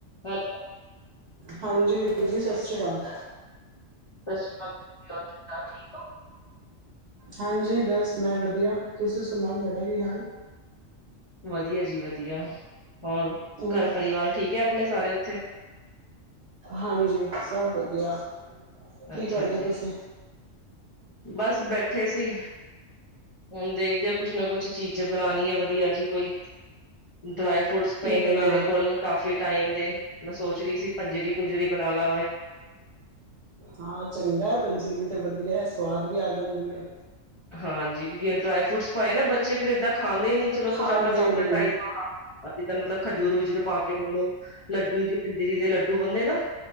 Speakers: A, on the left; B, on the right.
A: Hello,
B: ਹਾਂਜੀ ਹਾਂਜੀ ਸਤਿ ਸ੍ਰੀ ਅਕਾਲ।
A: ਸਤਿ ਸ਼੍ਰੀ ਅਕਾਲ <unintelligible> ਠੀਕ ਓ।
B: ਹਾਂਜੀ ਬਸ ਮੈਂ ਵਧੀਆ ਤੁਸੀਂ ਸੁਣਾਓ ਤੁਹਾਡਾ ਕੀ ਹਾਲ
A: ਵਧੀਆ ਜੀ ਵਧੀਆ ਹੋਰ
B: ਹੋਰ
A: ਘਰ ਪਰਿਵਾਰ ਠੀਕ ਐ ਆਪਣੇ ਸਾਰੇ ਉੱਥੇ
B: ਹਾਂਜੀ ਸਭ ਵਧੀਆ ਕੀ
A: ਅੱਛਾ
B: ਕਰਦੇ ਓ
A: ਜੀ,
B: ਤੁਸੀਂ?
A: ਬਸ ਬੈਠੇ ਸੀ। ਹੁਣ ਦੇਖਦੇ ਆ ਕੁਛ ਨਾ ਕੁਛ ਚੀਜ਼ ਬਣਾਣੀ ਐ ਵਧੀਆ ਜੀ ਕੋਈ। ਡਰਾਈ ਫਰੂਟਸ
B: ਕੀ
A: ਪਏ ਨੇ
B: ਬਣਾ
A: ਮੇਰੇ
B: ਰਹੇ
A: ਕੋਲ।
B: ਹੋ
A: ਕਾਫੀ ਟਾਈਮ ਦੇ ਮੈਂ ਸੋਚ ਰੀ ਸੀ ਪੰਜੀਰੀ ਪੰਜੂਰੀ ਬਣਾ ਲਾ ਮੈਂ।
B: ਹਾਂ, ਚੰਗਾ ਐ ਪੰਜੀਰੀ ਤੇ ਵਧੀਆ ਐ ਸਵਾਦ ਵੀ ਆ ਜਾਂਦੀ ਐ।
A: ਹਾਂਜੀ, ਕਿਉਂਕਿ ਡਰਾਈ ਫਰੂਟਸ ਪਾਏ ਨਾ ਬੱਚੇ ਫਿਰ ਇਦਾਂ ਖਾਂਦੇ ਨੀ ਚਲੋ
B: ਖਾਣ
A: ਕੁੱਛ ਆਪਾਂ ਚੋਕਲੇਟ
B: ਦੇ ਨਹੀਂ
A: ਟ <unintelligible> ਜਿੱਦਾਂ ਮਤਲਬ ਖਜੂਰ ਖਜੂਰ ਪਾ ਕੇ ਉਹਨੂੰ ਲੱਡੂ ਜੀ ਪਜਿਰੀ ਦੇ ਲੱਡੂ ਬਣਦੇ ਨਾ।